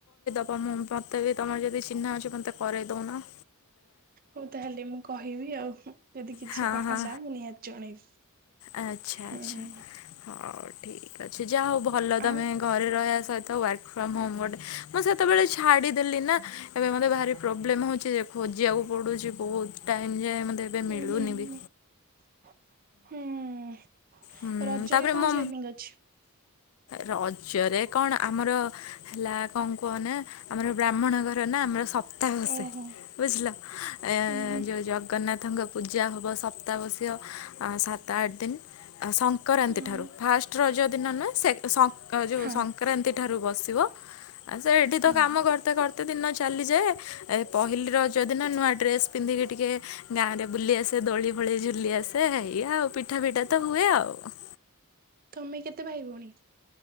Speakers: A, on the left; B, on the right.
A: ତ ମତେ ବି ତମର ଯଦି ଚିହ୍ନା ଅଛି ମୋତେ କରଇଦଉନା।
B: ହଉ ତାହେଲେ ମୁଁ କହିବି ଆଉ ଯଦି କିଛି
A: ହଁ
B: ବାହାରିଲା
A: ହଁ
B: ମୁଁ ନିହାତି ଜଣେଇବି
A: ଆଚ୍ଛା ଆଛା
B: ହୁଁ
A: ହଉ ଠିକ ଠିକ ଅଛି। ଯାହା ହଉ ଭଲ ତମେ
B: ଆଉ
A: ଘରେ ରହିବା ସହିତ ୱାର୍କ ଫ୍ରମ ହୋମ ଗୋଟେ ମୋ ସେତେବେଳେ ଛାଡିଦେଲି ନା ଏବେ ମତେ ଭାରି ପ୍ରୋବ୍ଲେମ୍ ହେଉଛି ଖୋଜିିବାକୁ। ପଡୁଛି ବହୁତ ଟାଇମ ଯାଏ। ମୋତେ ଏବେ
B: ହୁଁ
A: ମିଳୁନି
B: ହୁଁ
A: ବି।
B: ହୁଁ ହୁଁ।
A: ହୁଁ
B: ରଜରେ
A: ତାପରେ
B: କଣ
A: ମ
B: ପ୍ଲାନିଂ ଅଛି?
A: ରଜରେ କଣ ଆମର ହେଲା କଣ କୁହନ ଆମର ବ୍ରାହ୍ମଣ ଗ ନା ଆମର ସପ୍ତାହସେ
B: ଓହୋ
A: ବୁଝିଲ ଏ
B: ହୁଁ ହୁଁ
A: ଯୋଉ ଜଗନ୍ନାଥ ପୂଜା ହେବ ସପ୍ତାବସୀୟ ସାତ ଦ ସଂକ୍ରାନ୍ତି
B: ହୁଁ ହୁଁ
A: ଠାରୁ ଫାଷ୍ଟ ରଜ ଦିନ ନୁହଁ ସେ ସଂ
B: ହଁ
A: ସଂକ୍ରାନ୍ତି ଠାରୁ ବସିବ ଆ ସେ ଏଇଠି
B: ହଁ
A: ତ କାମ
B: ହଁ
A: କରତେ କରତ ଏତେ ଦିନ ଚାଲିଯାଏ ଏ ପହିଲି ରଜ ଦିନ ନୂଆ ଡ୍ରେସ୍ ପିନ୍ଧିକି ଟିକେ ଗାଁରେ ବୁଲି ଆସେ ଦୋଳି ଭଳି ଝୁଲି ଆସେ ଏଇଆ ଆଉ। ପିଠା ପିଠା ତ ହୁଏ ଆଉ।
B: ତମେ କେତେ ଭାଇ ଭଉଣୀ?